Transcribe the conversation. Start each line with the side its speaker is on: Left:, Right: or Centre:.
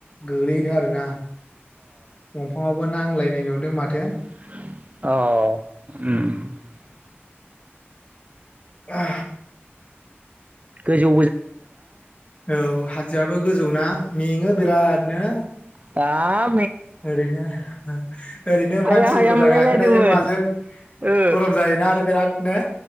Left: गोलैदों आरोना दंफाङावबो नांलाय होननाय नुदों माथो
Right: औ उम
Left: आ
Right: गोजौ
Left: औ हाजोआबो गोजौना मेङो बिरादनो
Right: आ
Left: ओरैनो ओरैनो
Right: हाया
Left: मानसि
Right: हाया
Left: बुरजा
Right: मोनलायलायदोंमोन
Left: गाखोनायजों माजों
Right: ओ
Left: गरम जायोना आरो बिरादनो